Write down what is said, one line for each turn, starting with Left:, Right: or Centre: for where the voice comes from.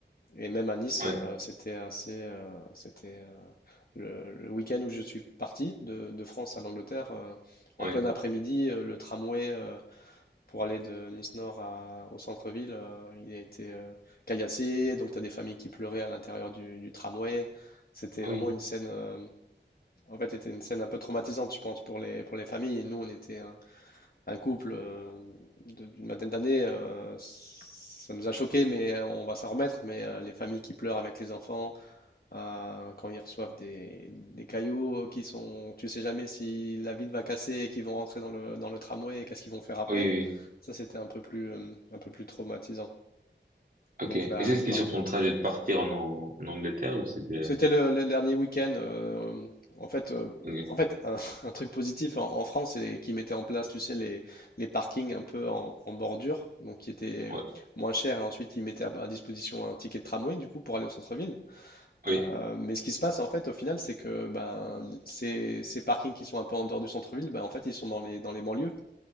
Left: Et même à Nice,
Right: ouais,
Left: euh, c'était assez, euh, c'était euh, le, le week-end où je suis parti de, de France à l'Angleterre, euh, en
Right: ouais,
Left: plein après-midi, euh, le tramway euh, pour aller de Nice Nord à- au centre-ville, euh, il a été euh, caillassé. Donc tu as des familles qui pleuraient à l'intérieur du, du tramway. C'était
Right: Ah
Left: vraiment
Right: oui,
Left: une scène, euh, en fait, c'était une scène un peu traumatisante, je pense, pour les, pour les familles. Et nous, on était euh, un couple euh, de- d'une vingtaine d'années, euh, ça nous a choqués, mais euh, on va s'en remettre. Mais euh, les familles qui pleurent avec les enfants euh, quand ils reçoivent des, des cailloux euh, qui sont, tu sais jamais si la vitre va casser et qu'ils vont rentrer dans le, dans le tramway et qu'est-ce qu'ils vont faire après.
Right: oui, oui. oui.
Left: Ça, c'était un peu plus, euh, un peu plus traumatisant.
Right: Ok.
Left: Donc
Right: Et
Left: là,
Right: ça, c'était
Left: par-
Right: sur ton trajet de partir en, en Angleterre ou c'était...
Left: C'était le, le dernier week-end. euh, en fait, euh,
Right: Ok.
Left: en fait un, <laughs> un truc positif en, en France, c'est qu'ils mettaient en place, tu sais, les, les parkings un peu en, en bordure, donc qui étaient
Right: Ouais,
Left: moins chers. Et ensuite, ils mettaient à, à disposition un ticket de tramway, du coup, pour aller au centre-ville.
Right: oui,
Left: Euh, mais ce qui se passe, en fait, au final, c'est que ben, ces, ces parkings qui sont un peu en dehors du centre-ville, ben, en fait, ils sont dans les, dans les banlieues.